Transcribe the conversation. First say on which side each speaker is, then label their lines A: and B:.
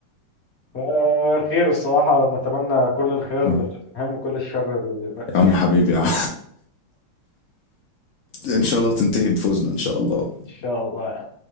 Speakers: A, on the left (about 40°); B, on the left (about 65°).
A: آه، خير الصراحة نتمنى كل الخير
B: يا
A: لتوتنهام وكل الشر لليونايتد
B: عم
A: <laughs> إن
B: حبيبي يا عم <laughs> ان شاء الله تنتهي بفوزنا ان شاء الله
A: شاء الله